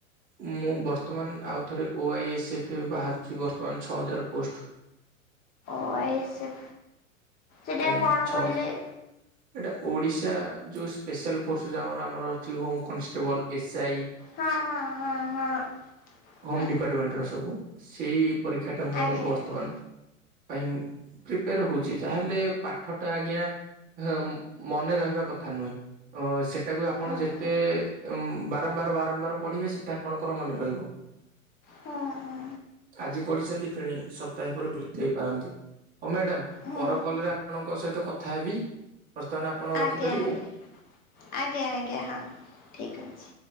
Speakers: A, on the right; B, on the left.
A: ମୁଁ ବର୍ତ୍ତମାନ ଆଉଥରେ ଓଆଇଏସ୍ଏଫ ବାହାରୁଛି ବର୍ତ୍ତମାନ ଛଅ ହଜାର ପୋଷ୍ଟ
B: ଓଆଇଏସ୍ଏଫ ସେଟା
A: ଆଜ୍ଞା
B: କଣ
A: ଛଅ
B: କହିଲେ?
A: ହଜାର ଏଇଟା ଓଡ଼ିଶା ଯୋଉ ସ୍ପେଶାଲ ଫୋର୍ସ ଯାର ଆମର ଅଛି ହୋମ କନଷ୍ଟେବଲ୍ ଏସ୍ଆଇ
B: ହଁ ହଁ ହଁ ହଁ।
A: ହୋମ୍
B: ହୁଁ
A: ଡିପାର୍ଟମେଣ୍ଟର ସବୁ ସେଇ ପରୀକ୍ଷାଟା ମୁଁ
B: ଆଜ୍ଞା
A: ବର୍ତ୍ତମାନ
B: ଆଜ୍ଞା
A: ପାଇଁ ପ୍ରିପେୟାର ହଉଛି ଯାହାହେଲେ ପାଠଟା ଆଜ୍ଞା ହାଁ ମନେ ରହିବା କଥା ନୁହେଁ ଅ ସେଟାକୁ ଆପଣ
B: ହୁଁ
A: ଯେତେ
B: ହୁଁ
A: ବାରମ୍ବାର ବାରମ୍ବାର ପଢିବେ ସେତେ ଆପଣଙ୍କର ମନେ ରହିବ
B: ହୁଁ ହୁଁ
A: ଆଜି ପଢିଛନ୍ତି ଫେଣି ସପ୍ତାହେ ପରେ ଭୁଲି ଯାଇପାରନ୍ତି ଓ ମ୍ୟାଡାମ
B: ହୁଁ
A: ପର କଲରେ ଆପଣଙ୍କ ସହିତ କଥା ହେବି? ବର୍ତ୍ତମାନ ଆପଣ
B: ଆଜ୍ଞା
A: ରଖିପାରିବେ?
B: ଆଜ୍ଞା ଆଜ୍ଞା ଆଜ୍ଞା ହଁ ଠିକ ଅଛି।